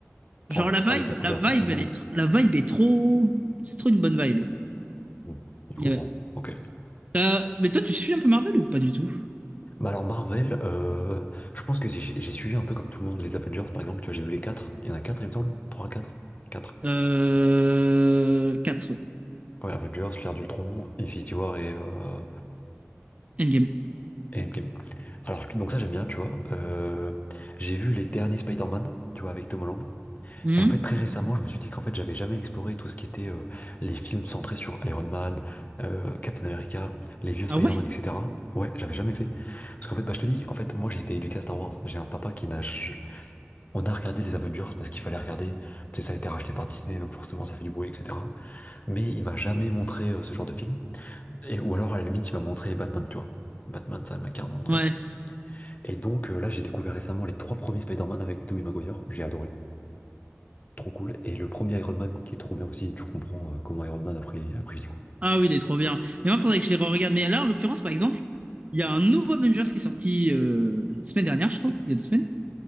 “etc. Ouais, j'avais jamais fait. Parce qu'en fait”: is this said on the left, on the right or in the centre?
Left